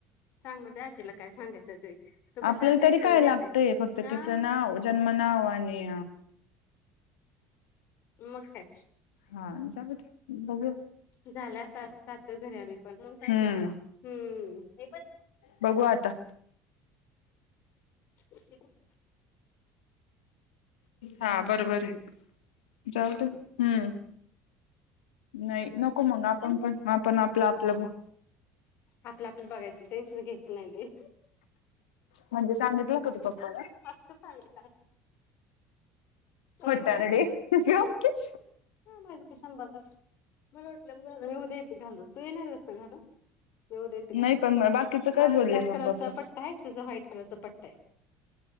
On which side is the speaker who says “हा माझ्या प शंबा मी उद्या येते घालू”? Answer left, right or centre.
Left